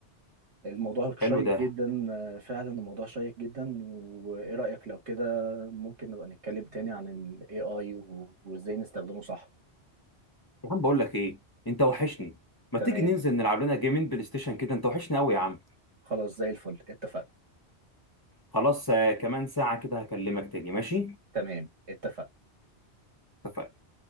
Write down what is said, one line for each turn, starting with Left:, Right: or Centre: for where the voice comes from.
Right: الموضوع شيق
Left: حلو ده
Right: جدا آه، فعلا الموضوع شيق جدا وايه رأيك لو كده ممكن نبقى نتكلم تاني عن ال AI و- وازاي نستخدمه صح
Left: يا عم بقول لك ايه انت وحشني ما
Right: تمام
Left: تيجي ننزل نلعب لنا جيمين بلاي ستيشن كده انت وحشني قوي يا عم
Right: خلاص زي الفل اتفقنا
Left: خلاص آه، كمان ساعه كده هكلمك تاني ماشي
Right: تمام اتفقنا
Left: اتفقنا